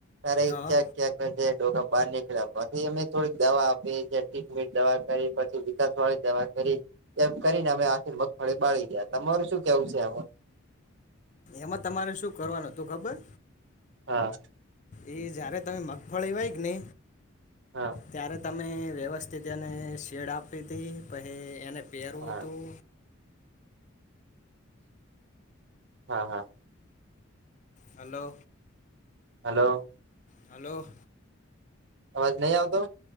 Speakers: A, on the right; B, on the left.
A: ત્યારે
B: હા
A: ક્યાંક ક્યાંક જે ડોકા બહાર નીકળ્યા પછી અમે થોડીક દવા આપી ટ્રીટમેન્ટ દવા કરી પછી વિકાસ વાળી દવા કરી એમ કરીને અમે આખથી મગફળી બાળી ગયા તમાર શું કેવું છે આ
B: એમાં તમારે શું કરવાનું તું ખબર
A: હા
B: એ જયારે તમે મગફળી વાય કે ને
A: હા
B: ત્યારે તમે વ્યવસ્થિત એને શેડ આપી હતી પછી એને પહેરવું
A: હા
B: હતું
A: હા હા
B: હલો
A: હલો
B: હલો
A: અવાજ નહી આવતો